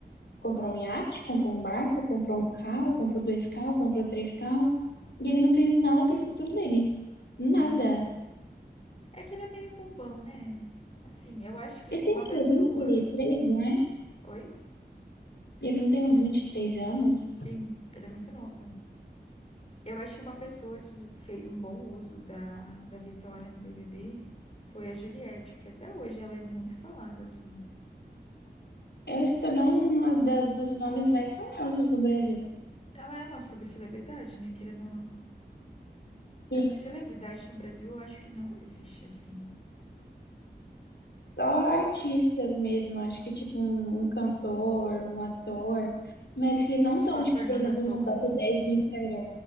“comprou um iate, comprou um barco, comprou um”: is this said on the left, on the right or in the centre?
Left